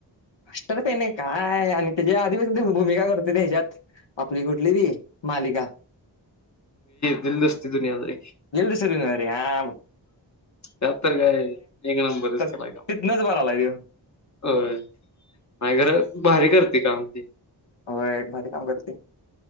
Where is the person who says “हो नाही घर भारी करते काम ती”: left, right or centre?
Left